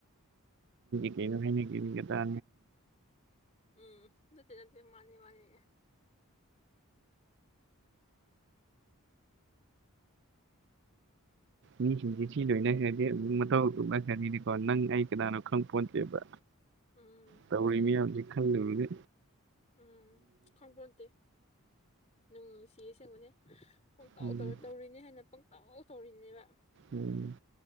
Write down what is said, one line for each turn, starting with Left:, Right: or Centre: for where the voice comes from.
Right: ꯀꯩꯩꯅ ꯐꯅ ꯀꯦ ꯇ
Left: ꯎꯝ ꯅꯠꯇꯦ ꯅꯠꯇꯦ ꯃꯥꯅꯤ ꯃꯥꯅꯤ
Right: ꯃꯤꯁꯤꯡꯁꯦ ꯁꯤ ꯂꯣꯏꯅ ꯈ꯭ꯔꯗꯤ ꯃꯇꯧ ꯑꯧꯅ ꯈꯔꯤꯗꯤꯀꯣ ꯅꯪ ꯑꯩ ꯀꯅꯥꯅꯣ ꯈꯪ ꯄꯣꯠꯇꯦꯕ
Left: ꯎꯝ
Right: ꯇꯧꯔꯤꯃꯤꯌꯥꯝꯖꯤ
Left: ꯑꯗꯨꯅꯤ
Right: ꯈꯜꯂ ꯎꯔꯦ
Left: ꯎꯝ ꯈꯪꯕꯣꯟꯗꯦ ꯅꯨꯡ ꯅꯨꯡꯁꯤꯌꯦ ꯁꯦꯝꯦꯡꯕꯅꯦ ꯄꯪꯇꯥꯎꯧ
Right: ꯎꯝ
Left: ꯇꯧꯔꯤꯅꯦ ꯍꯥꯏꯅ ꯄꯪꯇꯥꯎ ꯇꯧꯔꯤꯅꯦꯕ
Right: ꯎꯝ